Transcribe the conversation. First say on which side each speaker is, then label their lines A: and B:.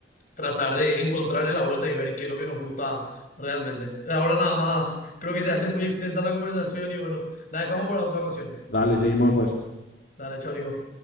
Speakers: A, on the left; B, on the left.
A: tratar de encontrarle la vuelta y ver qué es lo que nos gusta realmente. Ahora nada más, creo que se hace muy extensa la conversación y bueno, la dejamos para otra ocasión.
B: Dale, seguimos después.
A: Dale, chao, Nico.